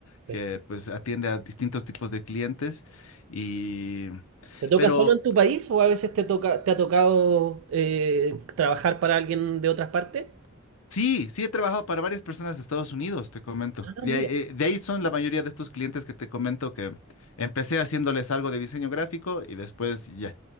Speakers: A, on the left; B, on the right.
A: que
B: Perfecto.
A: pues atiende a distintos tipos de clientes y...
B: ¿Te toca
A: Pero
B: solo en tu país o a veces te toca, te ha tocado eh, trabajar para alguien de otras partes?
A: Sí, sí he trabajado para varias personas de Estados Unidos, te comento.
B: Ah,
A: De
B: mira.
A: ahí, eh, de ahí son la mayoría de estos clientes que te comento que empecé haciéndoles algo de diseño gráfico y después ya